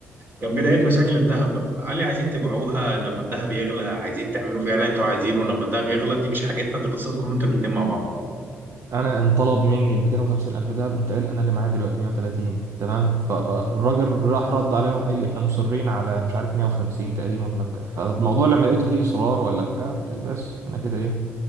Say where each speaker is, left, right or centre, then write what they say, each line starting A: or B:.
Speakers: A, on the right; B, on the right.
A: كان بداية مشاكل الذهب بقى قال لي عايزين تبيعوها لما الذهب يغلى عايزين تعملوا فيها اللي انتوا عايزينه لما الذهب يغلى دي مش حاجتنا دي قصتكم انتوا الاتنين مع بعض
B: انا انطلب مني ب 250 الف دهب قمت قايل انا اللي معايا دلوقتي 130 تمام فالراجل راح رد عليهم قال لي احنا مصرين على مش عارف 150 تقريبا ولا بتاع فالموضوع لما لقيته فيه اصرار ولا بتاع قلت بس انا كده ايه